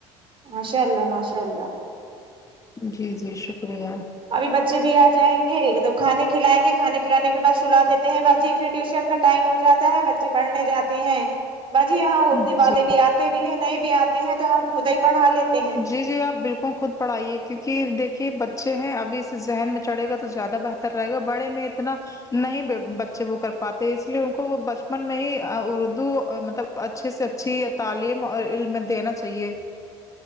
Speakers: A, on the right; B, on the left.
A: ماشاء اللہ ماشاء اللہ
B: جی جی شکریہ
A: ابھی بچے بھی آ جائیں گے تو کھانے کھلائیں گے کھانے کھلے کے بعد سلا دیتے ہیں باجی پھر ٹیوشن کا ٹائم ہو جاتا ہے بچے پڑھنے جاتے ہیں باجی یہاں اردو
B: جی
A: والے بھی آتے بھی ہیں نہیں بھی آتے ہیں تو ہم خود ہی پڑھا لیتے ہیں
B: جی جی آپ بالکل خود پڑھائیے کیونکہ دیکھیے بچے ہیں ابھی سے ذہن میں چڑے گا تو زیادہ بہتر رہے گا بڑے میں اتنا نہیں بچے وہ کر پاتے اس لیے ان کو وہ بچپن میں ہی اردو مطلب اچھے سے اچھی تعلیم اور علم دینا چاہیے